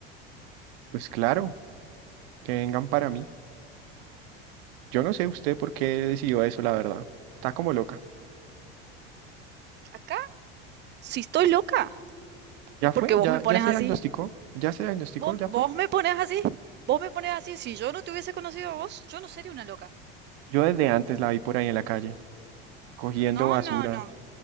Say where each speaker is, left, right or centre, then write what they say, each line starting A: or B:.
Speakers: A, on the right; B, on the right.
A: pues claro, que vengan para mí. Yo no sé usted por qué decidió eso, la verdad. Está como loca.
B: Acá, si estoy loca, es
A: ¿Ya
B: porque
A: fue?
B: vos
A: ¿Ya,
B: me pones
A: ya se
B: así.
A: diagnosticó? ¿Ya se diagnosticó?
B: ¿Vos,
A: ¿Ya
B: vos
A: fue?
B: me pones así. Vos me pones así. Si yo no te hubiese conocido a vos, yo no sería una loca.
A: Yo desde antes la vi por ahí en la calle, cogiendo
B: No,
A: basura.
B: no, no.